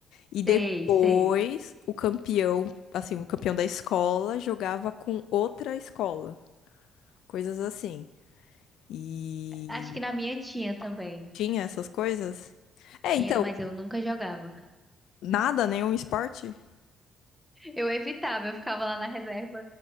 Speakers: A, on the left; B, in the centre.
A: E depois
B: Sei, sei.
A: o campeão, assim, o campeão da escola jogava com outra escola. Coisas assim. E
B: Acho que na minha tinha também.
A: tinha essas coisas? É,
B: Tinha,
A: então,
B: mas eu nunca jogava.
A: nada, nenhum esporte?
B: Eu evitava, eu ficava lá na reserva